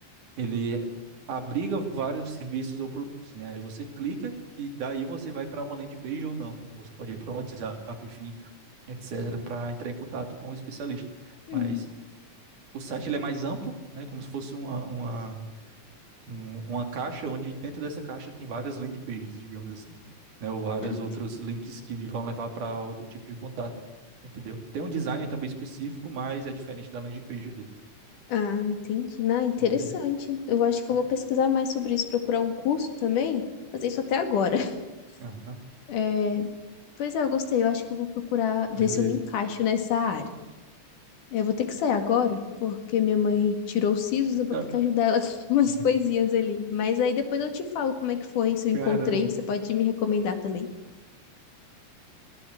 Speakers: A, on the right; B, on the left.
A: ele abriga vários serviços ou produtos, né? Aí você clica que daí você vai para uma landing page ou não. Você pode ir para um WhatsApp, enfim, etc, para entrar em contato com o especialista.
B: Uhum.
A: Mas o site ele é mais amplo, né? Como se fosse uma, uma, um- uma caixa onde dentro dessa caixa tem várias landing pages, digamos assim, né? Ou vários
B: Ah, entendi.
A: outros links que vão levar para outro tipo de contato, entendeu? Tem um design também específico, mas é diferente da landing page ali,
B: Ah, entendi. Não, interessante.
A: beleza?
B: Eu acho que
A: Eu-
B: eu vou pesquisar mais sobre isso, procurar um curso também. Fazer isso até agora. <laughs>
A: Aham,
B: É, Pois é, eu gostei. Eu acho que eu vou procurar
A: beleza.
B: ver se eu me encaixo nessa área. Eu vou ter que sair agora, porque minha mãe tirou os sisos,
A: Então,
B: eu vou ter que ajudar ela <laughs> com umas
A: uhum.
B: coisinhas ali. Mas aí depois eu te falo como é que foi, se eu
A: Caramba.
B: encontrei, você pode me recomendar também,